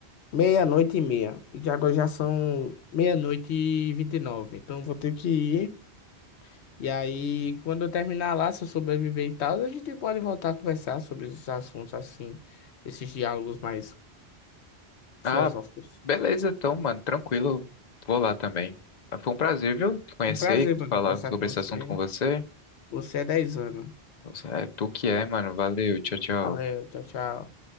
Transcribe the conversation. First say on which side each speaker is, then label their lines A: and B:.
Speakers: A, on the left (about 80°); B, on the left (about 45°).
A: meia-noite e meia. E de agora já são meia-noite e vinte e nove. Então eu vou ter que ir. E aí, quando eu terminar lá, se eu sobreviver e tal, a gente pode voltar a conversar sobre esses assuntos assim, esses diálogos mais filosóficos.
B: Ah, beleza, então, mano, tranquilo. Vou lá também. Ah, Foi um prazer, viu, te conhecer
A: Um prazer,
B: e
A: mano,
B: falar
A: conversar
B: sobre
A: com
B: esse
A: você.
B: assunto com você.
A: Você é 10 anos.
B: Você é tu que é, mano. Valeu, tchau, tchau.
A: Valeu, tchau, tchau.